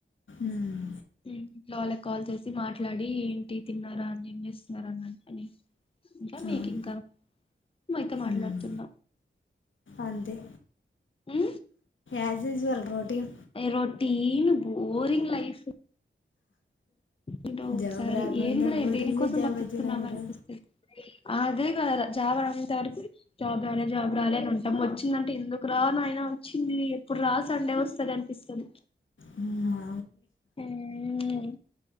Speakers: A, on the left; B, on the left.
A: ఉమ్,
B: హ్ లోల కాల్ చేసి మాట్లాడి ఏంటి తిన్నారా అనీ ఏం చేస్తున్నారా అన్న అనీ ఇంకా మేకింగ్
A: అవును
B: కా ఉ అయితే మాట్లాడుతున్న
A: ఉమ్, అంతే
B: హ్
A: as is your routine
B: routine boring life ఏంటో ఒకసారి
A: జాబ్ రాకముందే
B: ఏందిరా
A: బోరింగ్
B: దేనికోసం
A: జాబ్
B: బతుకుతున్నామా
A: వచ్చినా గురు
B: అనిపిస్తది అదే కదార చావడం తట్టు జాబ్ రాలే జాబ్ రాలే అని ఉంటాం. వచ్చిందంటే ఎందుకు రా నాయినా వోచ్చింది. ఎప్పుడు రా సండే వస్తది అనిపిస్తది.
A: ఉ ఆ
B: మ్మ్